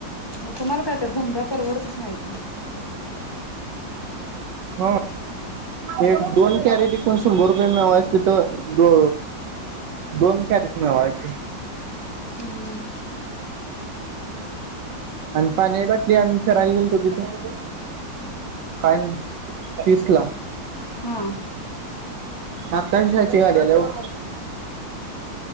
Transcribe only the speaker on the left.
मग तुम्हाला काय तर धंदा परवडतच नाही कि.
हम्म.
हा